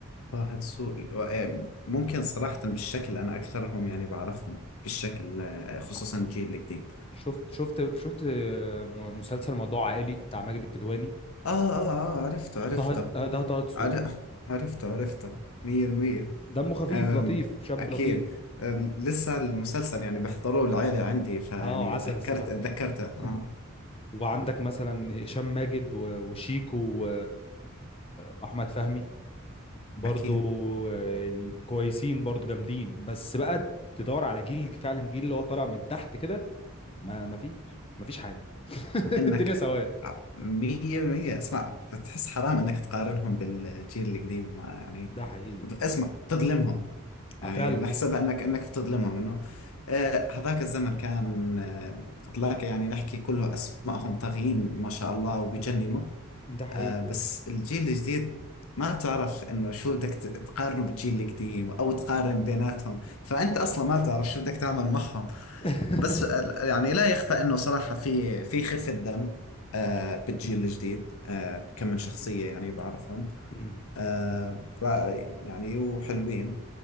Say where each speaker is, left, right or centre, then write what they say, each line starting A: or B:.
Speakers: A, on the left (about 85°); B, on the left (about 25°).
A: طه دسوقي آه، ممكن صراحة بالشكل أنا أكثرهم يعني بعرفهم بالشكل آه، خصوصا
B: ح-
A: الجيل الجديد
B: شفت شفت شفت آه، مسلسل موضوع عائلي بتاع ماجد الكدواني
A: آه آه آه آه، عرفته عرفته
B: طه آه، ده طه دسوقي
A: عر- عرفته عرفته مية بالمية
B: دمه خفيف
A: آم،
B: لطيف شاب
A: أكيد
B: لطيف
A: آم، لسه المسلسل يعني بحضروه العيلة عندي فيعني
B: اه عسل
A: تذكرت
B: الصراحة
A: تذكرته آه
B: <laughs> وعندك مثلا هشام ماجد و- وشيكو واحمد فهمي برضو
A: أكيد
B: آه، يعني كويسين برضو جامدين بس بقى تدور على جيل فعلا جيل اللي هو طالع من تحت كده ما ما فيش ما فيش حاجة <laughs>
A: إنك
B: الدنيا سواد
A: آه، مية بالمية اسمع بتحس حرام إنك تقارنهم بالجيل القديم ما يعني
B: ده حقيقي
A: اسمع تظلمهم يعني
B: آه، فعلا
A: نحسبها أنك أنك بتظلمهم إنه آه، هذاك الزمن كان آه، هذاك يعني نحكي كله أسمائهم طاغيين ما شاء الله وبيجننوا
B: ده حقيقي
A: آه، بس الجيل الجديد ما بتعرف إنه شو بدك ت- تقارنه بالجيل القديم أو تقارن بيناتهم فأنت أصلا ما بتعرف شو بدك تعمل معهم
B: <laughs>
A: بس آه، يعني لا يخفى إنه صراحة في في خفة دم آه، بالجيل الجديد آه، كم من شخصية يعني بعرفهم
B: مم.
A: آه، رائعين يعني وحلوين